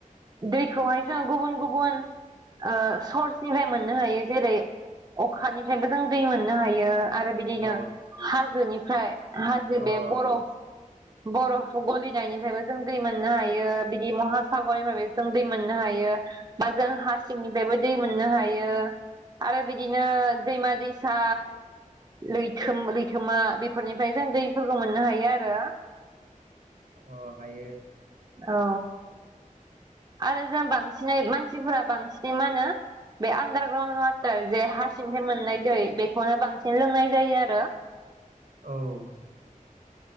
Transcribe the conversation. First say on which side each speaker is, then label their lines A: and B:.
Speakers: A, on the right; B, on the right.
A: दैखौहाय जों गुबुन गुबुन ओ सर्सनिफ्राय मोननो हायो जेरै अखानिफ्रायबो जों दै मोननो हायो। आरो बिदिनो
B: अ
A: हाजोनिफ्राय हाजो
B: अ
A: बे बरफ बरफ गलिनायनिफ्रायबो जों दै मोननो हायो बिदि महासागरनिफ्राय जों दै मोननो हायो बा जों हासिंनिफ्रायबो दै मोननो हायो। आरो बिदिनो दैमा दैसा लैथो लैथोमा बेफोरनिफ्राय जों दैफोरखौ मोननो हायो आरो
B: अ हायो।
A: औ आरो जों बांसिनै मानसिफोरा बांसिनै मा होनो बे आन्दारग्राउन्ड वाटार जे हा सिंथाय मोननाय दै बेखौनो बांसिन लोंनाय जायो आरो।
B: औ